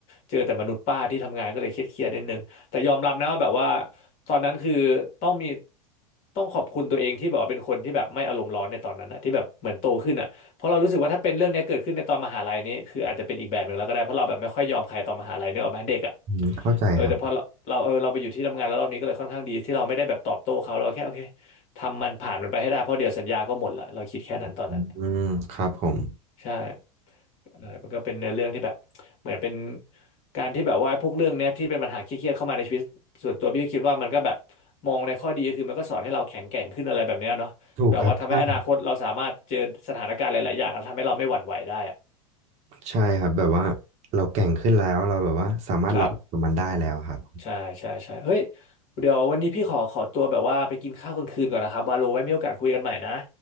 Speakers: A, on the left; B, on the right.
A: เจอแต่มนุษย์ป้าที่ทำงานก็เลยเครียดๆนิดนึง แต่ยอมรับนะว่าแบบว่าตอนนั้นคือต้องมีต้องขอบคุณตัวเองที่แบบว่าเป็นคนที่แบบไม่อารมณ์ร้อนในตอนนั้นนะที่แบบเหมือนโตขึ้นอ่ะเพราะเรารู้สึกว่าถ้าเป็นเรื่องเนี้ยเกิดขึ้นในตอนมหาลัยนี้คืออาจจะเป็นอีกแบบหนึ่งแล้วก็ได้เพราะเราแบบไม่ค่อยยอมใครตอนมหาลัยเนกอะแม้เด็กอ่ะ
B: อืมเข้าใจครับ
A: เออแต่พอเราเราเออเราไปอยู่ที่ทำงานแล้วรอบนี้ก็เลยค่อนข้างดีที่เราไม่ได้แบบตอบโต้เขาเราแค่โอเคทำมันผ่านมันไปให้ได้เพราะเดี๋ยวสัญญาก็หมดละเราคิดแค่นั้นตอนนั้น
B: อืมครับผม
A: ใช่อะไรมันก็เป็นเนื้อเรื่องที่แบบเหมือนเป็นการที่แบบว่าพวกเรื่องเนี้ยที่เป็นปัญหาเครียดๆเข้ามาในชีวิตส่วนตัวพี่ก็คิดว่ามันก็แบบมองในข้อดีก็คือมันก็สอนให้เราแข็งแกร่งขึ้นอะไรแบบเนี้ยเนาะแบบว่าทำให้อนาคตเราสามารถเจอสถานการณ์หลายๆอย่างแล้วทำให้เราไม่หวั่นไหวได้อะ
B: ถูกครับใช่ ใช่ครับแบบว่าเราแก่งขึ้นแล้วเราแบบว่าสามารถรับกับมันได้แล้วครับ
A: ครับใช่ใช่ใช่เฮ้ยเดี๋ยววันนี้พี่ขอขอตัวแบบว่าไปกินข้าวกลางคืนก่อนนะครับวาโลไว้มีโอกาสคุยกันใหม่นะ